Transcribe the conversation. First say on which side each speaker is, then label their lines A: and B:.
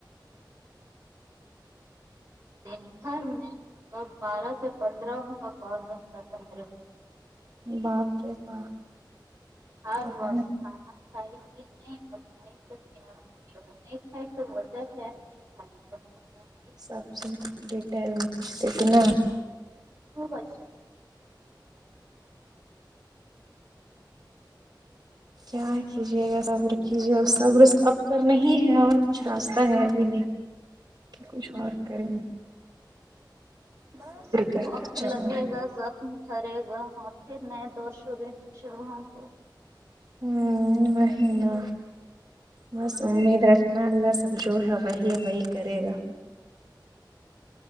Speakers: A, on the right; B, on the right.
A: دن بھر میں مطلب بارہ سے پندرہ ان کا کال رہتا تھا میرے فون
B: باپ رے باپ
A: ہر
B: تب
A: وقت
B: ہمیں
A: کھانا کھای کہ نہیں اور کھای تو کیا کھای نہیں کھائے تو م جات ہے نہیں <unintelligible> کی
B: سب
A: خبر
B: سے
A: ہونی چاہیے
B: ڈیٹیل میں پچھتے تھے نا
A: ٹ بچ <unintelligible>
B: کیا کیجیے گا صبر کیجیے اور صبر اپ تو نہیں ہے اور کچھ راستہ ہے ابھی نہیں کہ کچھ اور کریں گ
A: بس
B: کر
A: وقت
B: کے چلو
A: لگے گا زخم بھرے گا ہاں اور پھر نئے دوسرا دن شروع ہوں تو
B: ہوں وہی نا بس امید رکھنا اللہ سب جو ہے وہی وہی کرے گا